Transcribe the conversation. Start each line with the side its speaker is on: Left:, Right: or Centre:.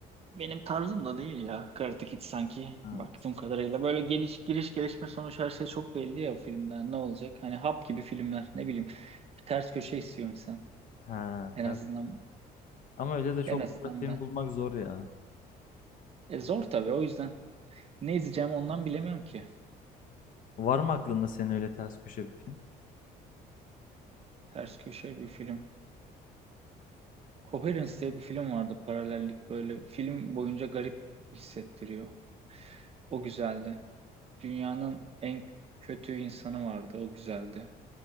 Right: benim tarzım da değil ya Karate Kid sanki
Left: Ha,
Right: baktığım kadarıyla. Böyle geliş giriş gelişme sonuç her şey çok belli ya filmden ne olacak? Hani hap gibi filmler ne bileyim. Bir ters köşe istiyor insan.
Left: ha,
Right: En
Left: ters.
Right: azından
Left: Ama öyle de çok
Right: en azından
Left: güzel film
Right: ben.
Left: bulmak zor ya.
Right: E zor tabii o yüzden. Ne izleyeceğim ondan bilemiyorum ki.
Left: Var mı aklında senin öyle ters köşe bir film?
Right: Ters köşe bir film. Coherence diye bir film vardı paralellik böyle film boyunca garip hissettiriyor. O güzeldi. Dünyanın en kötü insanı vardı. O güzeldi.